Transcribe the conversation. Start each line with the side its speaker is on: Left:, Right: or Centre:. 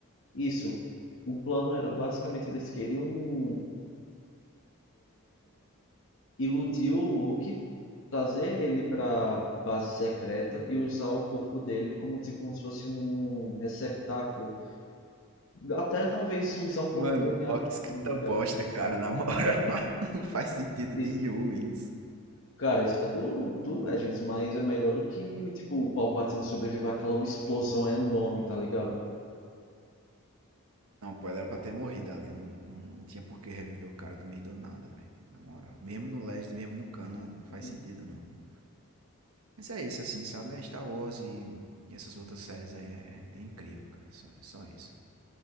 Left: isso. O plano era basicamente eles queriam iludir o Luke, trazer ele pra base secreta e usar o corpo dele como tipo como se fosse um receptáculo Até talvez usar um
Right: Mano,
Left: pouco do DNA
Right: ó
Left: do
Right: que escrita
Left: Doom,
Right: bosta,
Left: cara.
Right: cara, na moral. <laughs> Não faz sentido
Left: E,
Right: nenhum isso.
Left: cara, isso é do, do Legends, mas é melhor do que, tipo, o Palpatine sobreviver àquela explosão enorme, tá ligado?
Right: Não, pô, ela era pra ter morrido ali, não não não tinha por que reviver o cara do meio do nada, velho, na moral. Mesmo no Legends, mesmo no canon, não faz
Left: Uhum.
Right: sentido não. Mas é isso, assim, sabe, é Star Wars e e essas outras séries aí é é é incrível, cara, é só é só isso.